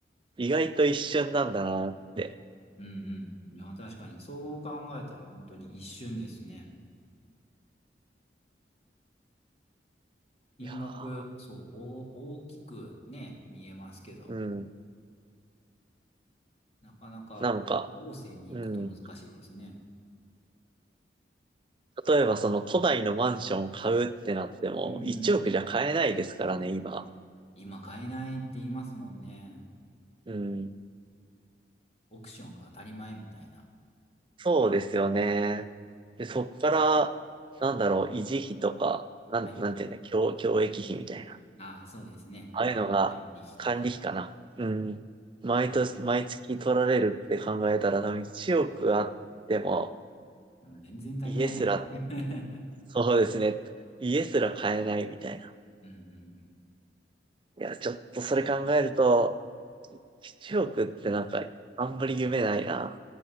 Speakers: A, on the right (about 30°); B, on the left (about 35°).
A: 意外と一瞬なんだなって。
B: うんうん。いや、確かに、そう考えたら本当に一瞬ですね。金額、
A: いやー
B: そう、お大きくね、見えますけど、
A: うん。
B: なかなか後世に行くと難しいですね。
A: なんか、うん。例えばその都内のマンション買うってなっても、
B: うんうん。
A: 1億じゃ買えないですからね、今。
B: もう今買えないって言いますもんね。
A: うん。
B: オークションが当たり前みたいな。
A: そうですよね。で、そっから、なんだろう、維持費とか、なん、
B: はい。
A: なんていうんだ、教、教育費みたいな。
B: ああ、そうですね。
A: ああいうのが、
B: まあ、管理費とか。
A: 管理費かな。うん。毎年、毎月取られるって考えたら、多分1億あっても、
B: でも全然足りないですね。
A: 家すら、
B: <laughs>
A: そうですね。家すら買えないみたいな。
B: うんうんうん。
A: いや、ちょっとそれ考えると、1億ってなんか、あんまり夢ないな。